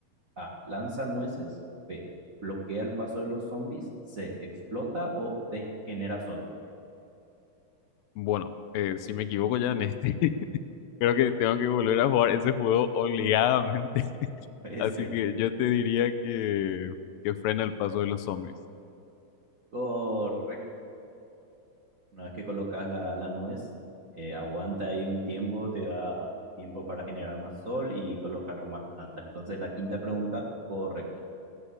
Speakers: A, on the right; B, on the left.
A: A. Lanza nueces. B. Bloquea el paso de los zombies. C. Explota o D. Genera sol.
B: Bueno, eh, si me equivoco ya en este, <laughs> creo que tengo que volver a jugar ese juego obligadamente. <laughs>
A: Puede
B: Así
A: ser.
B: que yo te diría que, que frena el paso de los zombies.
A: Correcto. Una vez que colocas la, la nuez, eh, aguanta ahí un tiempo, te da tiempo para generar más sol y colocar más plantas. Entonces, la quinta pregunta, correcto.